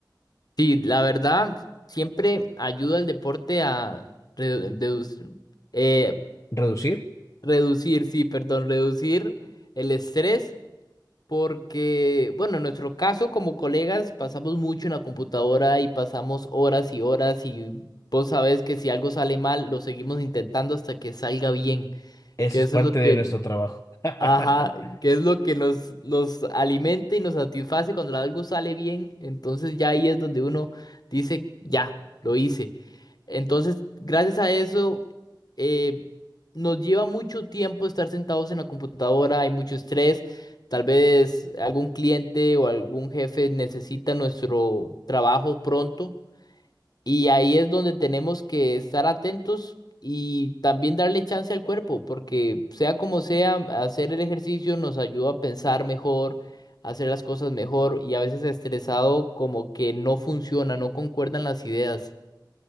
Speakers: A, on the left; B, on the left.
A: Sí, la verdad, siempre ayuda el deporte a redu- deduc- eh,
B: ¿Reducir?
A: reducir, sí, perdón, reducir el estrés Porque, bueno, en nuestro caso como colegas pasamos mucho en la computadora y pasamos horas y horas y vos sabés que si algo sale mal lo seguimos intentando hasta que salga bien,
B: Eso
A: que eso
B: es parte
A: es lo que
B: de nuestro trabajo.
A: Ajá,
B: <laughs>
A: que es lo que nos, nos alimenta y nos satisface cuando algo sale bien. Entonces ya ahí es donde uno dice, ya, lo hice. Entonces, gracias a eso, eh, nos lleva mucho tiempo estar sentados en la computadora, hay mucho estrés. Tal vez algún cliente o algún jefe necesita nuestro trabajo pronto. Y ahí es donde tenemos que estar atentos y también darle chance al cuerpo, porque sea como sea, hacer el ejercicio nos ayuda a pensar mejor, a hacer las cosas mejor y a veces estresado como que no funciona, no concuerdan las ideas.